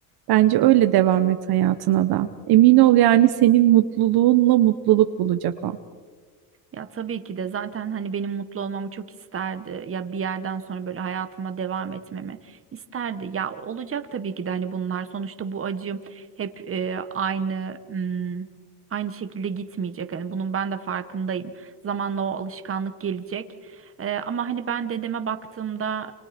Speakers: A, on the right; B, on the right.
A: bence öyle devam et hayatına da. Emin ol yani senin mutluluğunla mutluluk bulacak o.
B: Ya tabii ki de zaten hani benim mutlu olmamı çok isterdi. Ya bir yerden sonra böyle hayatıma devam etmemi isterdi. Ya olacak tabii ki de hani bunlar sonuçta bu acım hep e, aynı mm, aynı şekilde gitmeyecek. Hani bunun ben de farkındayım. Zamanla o alışkanlık gelecek. E, ama hani ben dedeme baktığımda